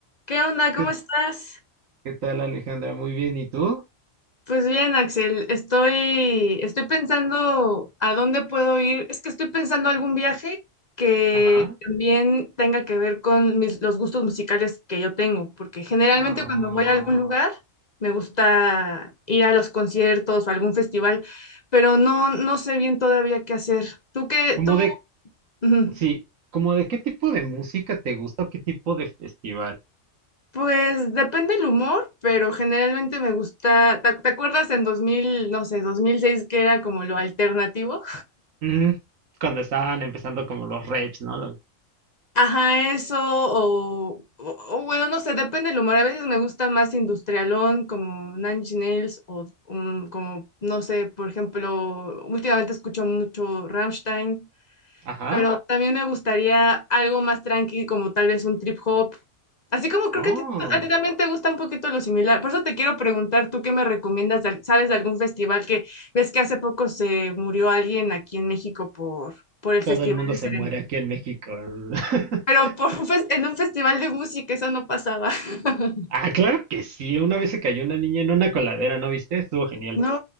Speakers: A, on the left; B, on the right.
A: ¿Qué onda? ¿Cómo
B: ¿Qué,
A: estás?
B: qué tal, Alejandra? Muy bien, ¿y tú?
A: Pues bien, Axel, estoy, estoy pensando a dónde puedo ir. Es que estoy pensando algún viaje que
B: Ajá.
A: también tenga que ver con mis, los gustos musicales que yo tengo, porque generalmente
B: Ah,
A: cuando voy a algún lugar me gusta ir a los conciertos o algún festival, pero no, no sé bien todavía qué hacer. ¿Tú qué?
B: ¿cómo
A: ¿Tú?
B: de,
A: Ujú.
B: sí, como de qué tipo de música te gusta o qué tipo de festival?
A: Pues depende el humor, pero generalmente me gusta, ¿te, te acuerdas en 2000 no sé, 2006 que era como lo alternativo?
B: Mm, cuando estaban empezando como los raves, ¿no? Lo-
A: Ajá, eso, o, o- o bueno, no sé, depende el humor. A veces me gusta más industrialón, como Nine Inch Nails, o um, como, no sé, por ejemplo, últimamente escucho mucho Rammstein.
B: ajá.
A: pero también me gustaría algo más tranqui, como tal vez un trip hop. Así como creo
B: Oh,
A: que a ti, a ti también te gusta un poquito lo similar. Por eso te quiero preguntar, ¿tú qué me recomiendas? de al- ¿Sabes de algún festival que ves que hace poco se murió alguien aquí en México por, por el festival
B: todo el mundo
A: de
B: se muere
A: Cerem-
B: aquí en México. <laughs>
A: Pero por un fes- en un festival de música eso no pasaba. <laughs>
B: Ah, claro que sí. Una vez se cayó una niña en una coladera, ¿no viste? Estuvo genial.
A: No,